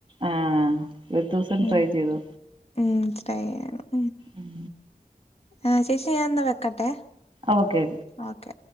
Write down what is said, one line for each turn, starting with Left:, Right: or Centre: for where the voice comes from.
Right: ആഹ് ഒരു ദിവസം
Left: ഉം
Right: ട്രൈ ചെയ്തു
Left: ഉം ട്രൈ ചെയ്യണം
Right: ഉം
Left: ആഹ് ചേച്ചി ഞാന്ന വെക്കട്ടെ
Right: ഓക്കെ ഓക്കെ
Left: ഓക്കെ